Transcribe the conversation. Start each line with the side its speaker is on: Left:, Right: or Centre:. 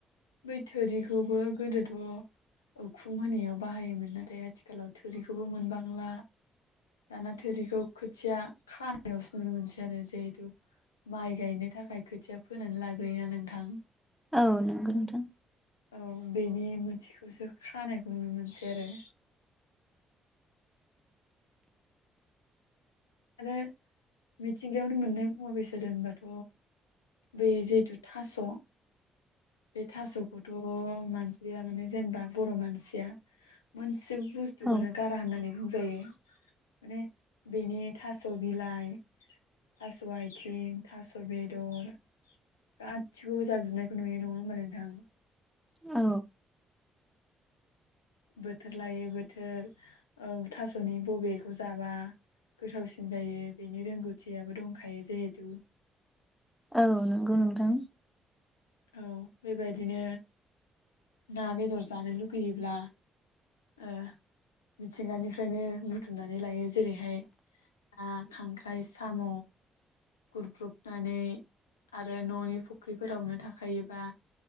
Left: बै थोरिखौबो गोदोथ' उखुम होनायाव बाहायोमोन नाथाय आथिखालाव थोरिखौबो मोनबांला दाना थोरिखौ खोथिया खानायावसो नुनो मोनसै आरो जिहेथु माइ गायनो थाखाय खोथिया फोनानै लाग्रोयोना नोंथां
Centre: औ नोंगो नोंथां।
Left: औ बेनि मोनथिखौसो खानायखौ नुनो मोनसै आरो। आरो मिथिंगायावनो मोननाय मुवा बेसाद दोनबाथ' बे जिहेथु थास' बे थास'खौथ' मानसिया माने जेनेबा बर' मानसिया मोनसे बुस्थुखौनो
Centre: औ
Left: गारा होननानै बुंजायो माने बेनि थास' बिलाइ, थास' आइथिं, थास' बेदर गाैसैखौबो जाजोबनायखौ नुयो नङा होमबा नोंथां।
Centre: औ।
Left: बोथोर लायै बोथोर औ थास'नि बबेखौ जाबा गोथावसिन जायो बेनि रोंगौथियाबो दंखायो जेहेथु
Centre: औ नोंगौ नोंथां।
Left: औ बेबायदिनो ना बेदर जानो लुगैयोब्ला ओ मिथिंगानिफ्रायनो बुथुमनानै लायो जेरैहाय ना, खांख्राइ, साम' गुरब्रुबनानै आरो न'नि फुख्रिफोरावनो थाखायोबा